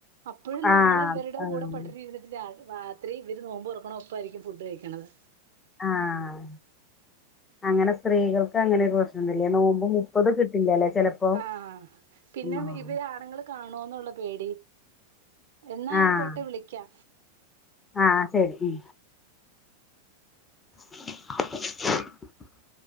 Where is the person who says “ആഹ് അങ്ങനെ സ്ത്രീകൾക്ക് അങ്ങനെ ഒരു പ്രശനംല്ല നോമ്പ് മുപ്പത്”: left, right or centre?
Left